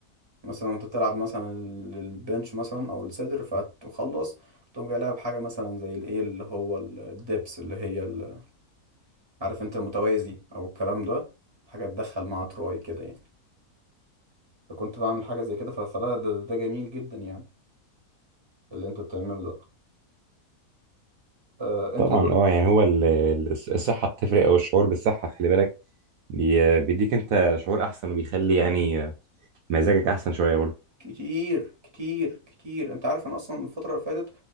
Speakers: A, on the right; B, on the right.
A: مثلا وأنت بتلعب مثلا ال- البنش مثلا أو الصدر فتخلص تقوم جاي لاعب حاجة مثلا زي الإيه اللي هو ال- الدبس اللي هي ال- عارف أنت المتوازي أو الكلام ده حاجة تدخل مع تراي كده يعني فكنت بعمل حاجة زي كده ف- فده ده, ده جميل جدا يعني اللي انت بتعمله ده آه انت
B: طبعا
A: دلوقتي
B: اه يعني هو ال- ال- الصحة بتفرق أو الشعور بالصحة خلي بالك بي- بيديك أنت شعور أحسن وبيخلي يعني آه، مزاجك أحسن شوية برضه
A: كتير كتير كتير انت عارف انا اصلا الفترة اللي فاتت